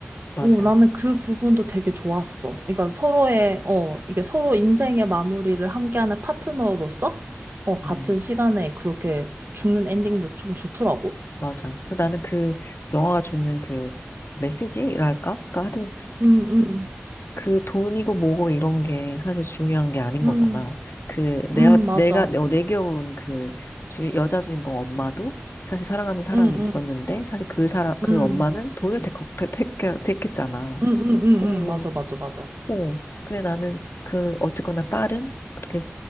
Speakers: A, on the left (about 70°); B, on the right (about 60°).
A: 맞아.
B: 오, 나는 그 부분도 되게 좋았어. 그러니까 서로의, 어, 이게 서로 인생의 마무리를 함께하는 파트너로서, 어, 같은
A: 음,
B: 시간에 그렇게 죽는 엔딩도 좀 좋더라고.
A: 맞아. 그 나는 그 영화가 주는 그 메시지랄까? 그러니까 하여튼
B: 응, 응,
A: 그 돈이고 뭐고 이런 게 사실 중요한 게 아닌
B: 응,
A: 거잖아. 그 내가
B: 응, 맞아.
A: 내가 어, 내 기억으로는 그 주, 여자 주인공 엄마도 사실 사랑하는 사람이
B: 응,
A: 있었는데
B: 응,
A: 사실 그 사람 그
B: 응,
A: 엄마는 돈을 택, 택, 택, 택했잖아.
B: 응, 응, 응,
A: 응,
B: 응, 맞아,
A: 응.
B: 맞아, 맞아.
A: 어. 근데 나는 그 어쨌거나 딸은 그렇게